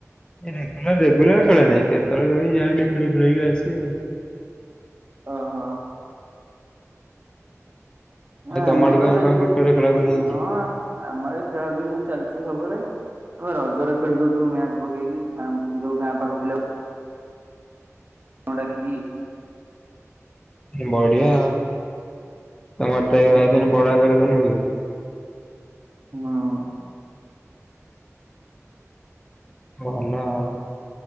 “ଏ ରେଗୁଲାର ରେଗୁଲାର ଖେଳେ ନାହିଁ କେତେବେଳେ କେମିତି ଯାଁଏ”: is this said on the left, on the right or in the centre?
Left